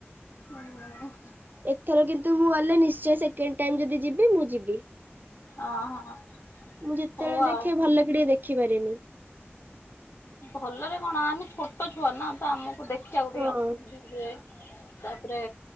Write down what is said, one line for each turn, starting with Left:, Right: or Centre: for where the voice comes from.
Left: ହୁ <unintelligible>
Right: ଏଥର କିନ୍ତୁ ମୁଁ ଗଲେ ନିଶ୍ଚୟ ସେକେଣ୍ଡ ଟାଇମ ଯଦି ଯିବି ମୁଁ ଯିବି।
Left: ଓହୋ
Right: ମୁଁ ଯେତେବେଳେ
Left: ହଉ
Right: ଦେଖେ
Left: ଆଉ
Right: ଭଲ କି ଟିକେ ଦେଖି ପାରେନି।
Left: ଭଲରେ କଣ ଆମେ ଛୋଟ ଛୁଆ ନା ତ ଆମକୁ ଦେଖିବାକୁ
Right: ହଁ।
Left: ଟିକେ ଅସୁବିଧା ହୁଏ। ତାପରେ